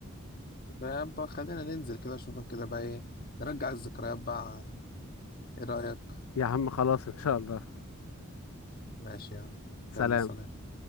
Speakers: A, on the left; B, on the left.
A: طب خلينا ننزل كده اشوفك كده بقى ايه نرجع الذكريات بقى ايه رأيك
B: يا عم خلاص ان شاء الله
A: ماشي يا عم
B: سلام
A: يلا سلام